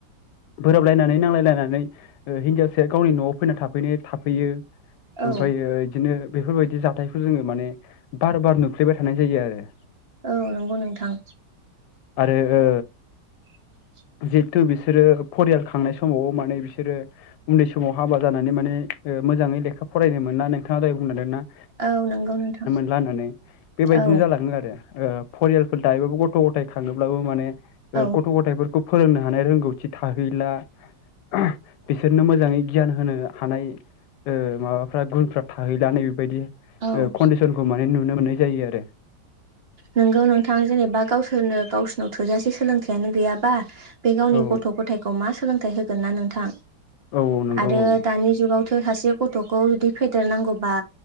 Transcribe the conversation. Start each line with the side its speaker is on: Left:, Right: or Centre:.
Left: बोराबलायनानै नांलायलायनानै हिनजावसाया गावनि नआव फैनानै थाफैनाय थाफैयो
Right: औ
Left: ओमफ्रयो बिदिनो बेफोरबायदि जाथायखौ जोङो माने बार बार नुफ्लैबाय थानाय जायो आरो
Right: औ नंगौ नोंथां
Left: आरो ओ
Right: <inaudible>
Left: जिहेथु बिसोरो फरियाल खांनाय समाव माने बिसोरो उन्दै समाव हाबा जानानै माने ओ ओ मोजाङै लेखा फरायनो मोना नोंथाङा दय बुंलांदोंना
Right: औ नंगौ नोंथां
Left: लानानै बेबायदिनो
Right: औ
Left: जालाङो आरो ओ फरियालफोर दायोबाबो गथ' गथाय खाङोब्लाबो माने
Right: औ
Left: ओ गथ' गथायफोरखौ फोरोंनो हानाय रोंगौथि थाहैला <unintelligible> बिसोरनो मोजाङै गियान होनो हानाय ओ माबाफ्रा गुनफ्रा थाहैलानो बायदि ओ
Right: औ
Left: कन्डिसनखौ माने नुनो मोननाय जायो आरो
Right: नंगौ नोंथां जेनेबा गावसोरनो गावसोरनाव थोजासे सोलोंथाइयानो गैयाबा बे गावनि
Left: औ
Right: गथ' गथायखौ मा सोलोंथाइ होगोन ना नोंथां
Left: औ औ नंगौ
Right: आरो
Left: औ
Right: दानि जुगावथ' सासे गथ'खौ जुदि फेदेरनांगौ बा